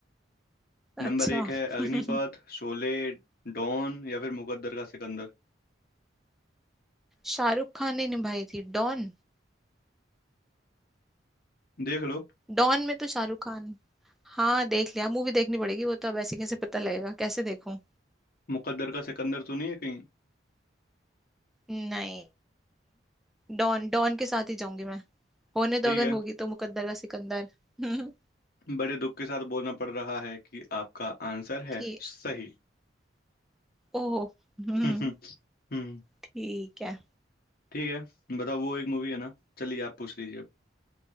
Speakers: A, on the left (about 55°); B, in the centre.
A: नंबर
B: अच्छा
A: एक है अग्निपथ
B: <laughs>
A: शोले डॉन या फिर मुकद्दर का सिकंदर
B: शाहरुख खान ने निभाई थी डॉन
A: देख लो
B: डॉन में तो शाहरुख खान हाँ देख लिया मूवी देखनी पड़ेगी वो तो अब ऐसे कैसे पता लगेगा कैसे देखूं
A: मुकद्दर का सिकंदर तो नहीं है कहीं
B: नहीं डॉन डॉन के साथ ही जाऊंगी मैं होने तो
A: ठीक
B: अगर
A: है
B: होगी तो मुकद्दर का सिकंदर <laughs>
A: बड़े दुख के साथ बोलना पड़ रहा है कि आपका आंसर है
B: कि
A: सही
B: ओह हम्म,
A: <laughs> हम्म हम्म,
B: ठीक है
A: ठीक है बताओ वो एक मूवी है ना चलिए आप पूछ लीजिए अब।